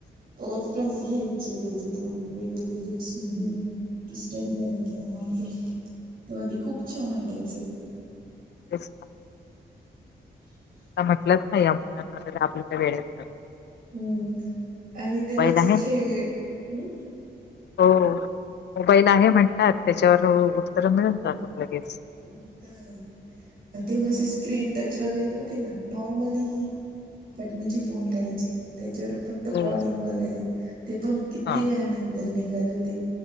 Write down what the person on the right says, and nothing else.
रेफरन्स घ्यायचे त्याच्यातून वेगवेगळे बुक्स मधून. तो स्टडी करायचा माणसात तेव्हा ते खूप छान वाटायचं.
<inaudible>
हमम आणि तेव्हाचे
खेळ हम्
प तेव्हा स्क्रीन टच वगैरे नव्हते ना नॉर्मली बटण्याचे फोन राहायचे त्याच्यावर फक्त
कॉलिंग वगैरे ते पण किती
वेळनंतर निघाल होते.